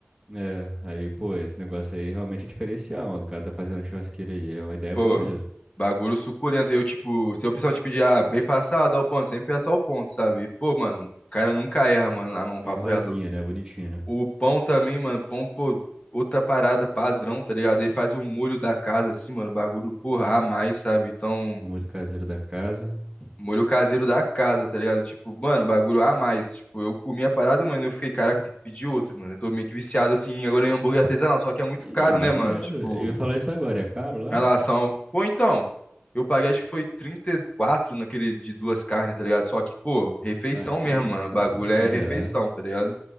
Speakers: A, on the right (about 15°); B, on the left (about 35°).
A: É, aí, pô, esse negócio aí realmente é diferencial, mano. O cara tá fazendo a churrasqueira aí. É uma ideia
B: Pô,
A: boa mesmo.
B: bagulho suculento. Eu, tipo, se eu precisar te pedir, ah, bem passado, dá o ponto. Sempre é só o ponto, sabe? E, pô, mano, o cara nunca erra, mano, na mão,
A: Bem
B: papo
A: rosinha,
B: reto.
A: né? Bonitinha, né?
B: O pão também, mano, pão, pô, outra parada padrão, tá ligado? Ele faz o molho da casa, assim, mano, bagulho, porra, a mais, sabe? Então,
A: Molho caseiro da casa.
B: molho caseiro da casa, tá ligado? Tipo, mano, bagulho a mais. Tipo, eu comi a parada, mano, eu fiquei, caraca, eu tenho que pedir outro, mano. Eu tô meio que viciado, assim, agora em hambúrguer artesanal, só que é muito
A: Não,
B: caro,
A: maneiro.
B: né, mano? Tipo.
A: Eu ia falar isso agora, é caro lá?
B: relação. Pô, então, eu paguei acho que foi 34 naquele de duas carnes, tá ligado? Só que, pô, refeição
A: Ah, então,
B: mesmo, mano. O
A: bom.
B: bagulho é
A: É.
B: refeição, tá ligado?